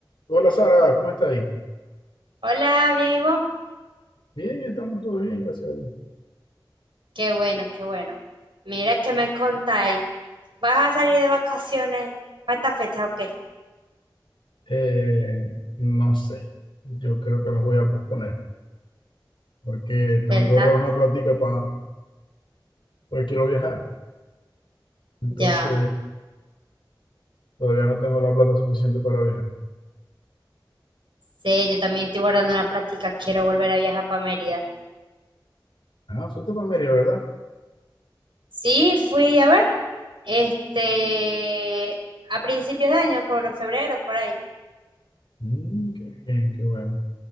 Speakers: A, on the left; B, on the right.
A: Hola Sara, ¿cómo está ahí?
B: Hola, bien, ¿y vos?
A: Bien, estamos todos bien, gracias a Dios.
B: Qué bueno, qué bueno. Mira que me contáis. ¿Vas a salir de vacaciones para esta fecha o qué?
A: Eh, no sé, yo creo que los voy a posponer porque tengo
B: ¿Verdad?
A: que ahorrar una platica para, porque quiero viajar. Entonces,
B: Ya
A: todavía no tengo la plata suficiente para viajar.
B: sí. yo también estoy guardando una plática. Quiero volver a viajar para Mérida.
A: Ah, fuiste para Mérida, ¿verdad?
B: Sí, fui a ver. Este, a principios de año, por febrero, por ahí.
A: Mm, qué bien, qué bueno.